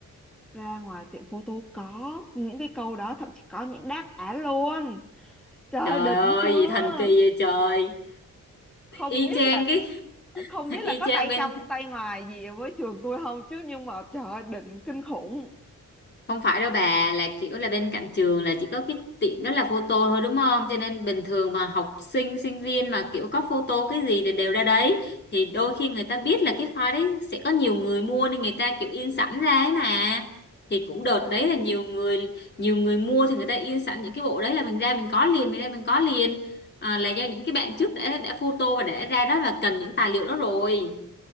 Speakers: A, in the centre; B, on the left.
A: ra ngoài tiệm photo có những cái câu đó thậm chí có những đáp án luôn trời
B: Trời
A: đỉnh
B: ơi,
A: chưa
B: gì thần kỳ vậy trời.
A: không
B: Y
A: biết
B: chang
A: là
B: cái
A: không
B: <laughs>
A: biết là
B: y
A: có
B: chang
A: tay
B: bên
A: trong tay ngoài gì với trường tôi không chứ nhưng mà trời ơi, đỉnh kinh khủng
B: không phải đâu bà, là kiểu là bên cạnh trường là chỉ có cái tiệm đó là photo thôi đúng không? Cho nên bình thường mà học sinh sinh viên mà kiểu có photo cái gì thì đều ra đấy. Thì đôi khi người ta biết là cái file đấy sẽ có nhiều người mua nên người ta kiểu in sẵn ra ấy mà. Thì cũng đợt đấy là nhiều người nhiều người mua thì người ta in sẵn những cái bộ đấy là mình ra mình có liền, mình ra mình có liền. À, là do những cái bạn trước đã đã photo và đã ra đó là cần những tài liệu đó rồi.